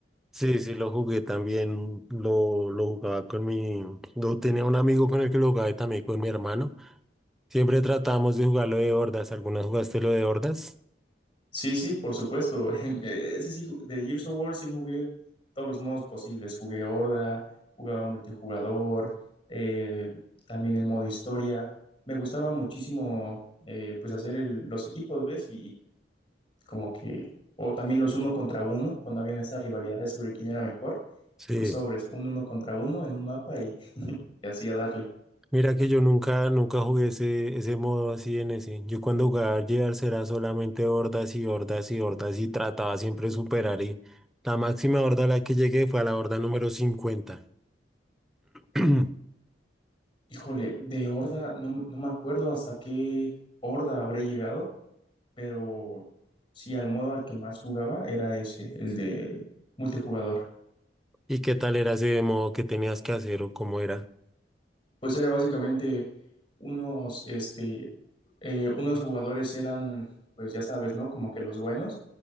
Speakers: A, in the centre; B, on the left (about 30°).
A: sí, sí, lo jugué también, lo, lo jugaba con mi, lo tenía un amigo con el que lo jugaba y también con mi hermano. Siempre tratamos de jugarlo de hordas. ¿Alguna vez jugaste lo de hordas?
B: Sí, sí, por supuesto. <laughs> Ese sí, ju- de Gears of War sí jugué todos los modos posibles. Jugué Horda, jugaba multijugador, eh, también el modo historia. Me gustaba muchísimo, eh, pues, hacer el- los equipos, ¿ves? Y como que, o también los uno contra uno, cuando habían esas rivalidades sobre quién era mejor,
A: Sí.
B: pues sobres, un uno contra uno en un mapa y, <laughs> y así a darle.
A: Mira que yo nunca, nunca jugué ese, ese modo así en ese. Yo cuando jugaba al Gears era solamente hordas y hordas y hordas y trataba siempre de superar. Y la máxima horda a la que llegué fue a la horda número 50. <clears throat>
B: Híjole, de Horda, no, no me acuerdo hasta qué Horda habré llegado pero sí, al modo al que más jugaba era ese, el de multijugador.
A: ¿Y qué tal era ese modo que tenías que hacer o cómo era?
B: Pues era básicamente unos, este, eh, unos jugadores eran, pues ya sabes, ¿no? Como que los buenos,